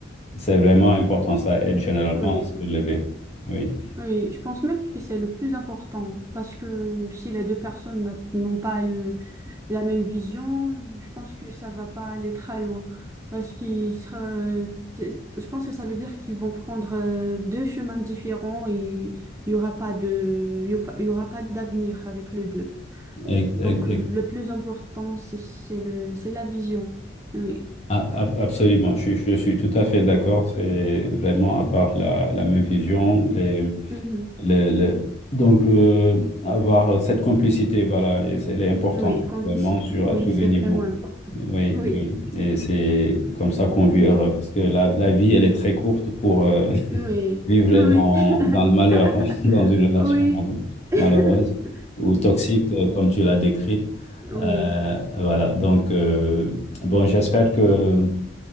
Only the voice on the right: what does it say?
Oui,
oui. Je pense même que c'est le plus important parce que si les deux personnes n'a- n'ont pas le, la même vision, je pense que ça va pas aller très loin. Parce qu'ils sera, c'est- je pense que ça veut dire qu'ils vont prendre euh, deux chemins différents et il y aura pas de, il y aura pas il y aura pas d'avenir avec les deux.
Donc,
le plus important, c'est c'est le, c'est la vision. Oui.
Mhm.
Oui, complicité.
Oui,
c'est
vraiment important.
Oui,
oui,
oui,
<laughs>
oui,
<laughs>
oui,